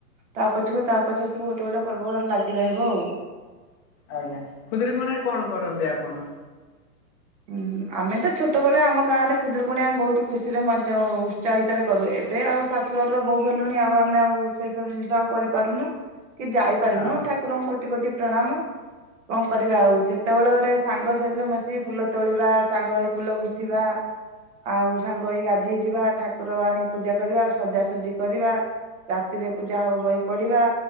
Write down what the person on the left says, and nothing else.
ଆଜ୍ଞା ଖୁଦୁରୁକୁଣୀ କଣ କରନ୍ତି ଆପଣ?
ହଁ